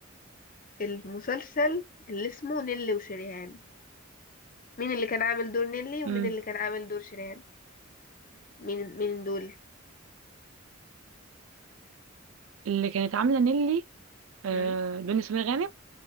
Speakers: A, on the left; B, on the right.
A: المسلسل اللي اسمه نيلي وشريهان مين اللي كان عامل دور نيلي ومين
B: مم.
A: اللي كان عامل دور شريهان مين مين دول
B: اللي كانت عامله نيلي آه
A: مم؟
B: دنيا سمير غانم